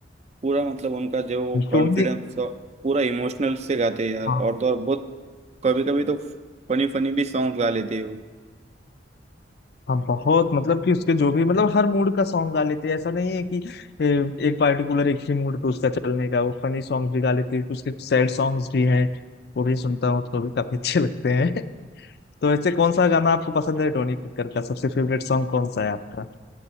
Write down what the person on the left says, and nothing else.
टोनी
हाँ
हाँ, बहुत मतलब कि उसके जो भी मतलब हर मूड का सॉन्ग गा लेते हैं ऐसा नहीं है कि ए, एक पार्टिकुलर एक ही मूड पे उसका चलने का वो फनी सॉन्ग भी गा लेते हैं उसके सैड सॉन्ग्स भी हैं वो भी सुनता हूँ तो भी काफी अच्छे लगते हैं तो वैसे कौन सा गाना आपको पसंद है टोनी कक्कर का सबसे फेवरेट सॉन्ग कौन सा है आपका